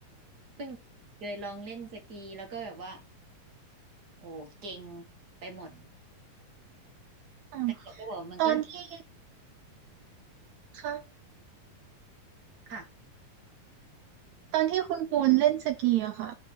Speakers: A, on the right; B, on the right.
A: เพิ่งเคยลองเล่นสกีแล้วก็แบบว่าโอ้เก่งไปหมด
B: ค่ะ
A: แต่เราก็บอกมันก็
B: ตอนที่ ค่ะ
A: ค่ะ
B: ตอนที่คุณปูนเล่นสกีอะค่ะ